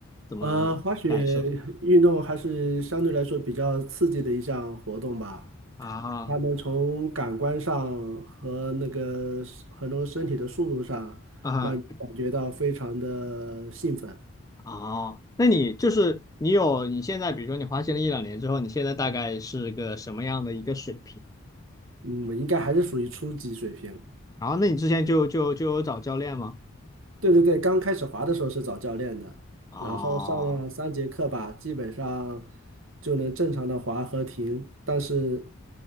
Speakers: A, on the left; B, on the right.
A: 怎么感受？
B: 呃，滑雪运动还是相对来说比较刺激的一项活动吧。
A: 啊
B: 它能从感官上和那个和那个身体的速度上，
A: 啊
B: 让你感觉到非常的兴奋。
A: 哦，那你就是你有你现在，比如说你滑行了一两年之后，你现在大概是个什么样的一个水平？
B: 嗯，应该还是属于初级水平。
A: 然后，那你之前就就就有找教练吗？
B: 对对对，刚开始滑的时候是找教练的，
A: 哦，
B: 然后上了三节课吧，基本上就能正常的滑和停，但是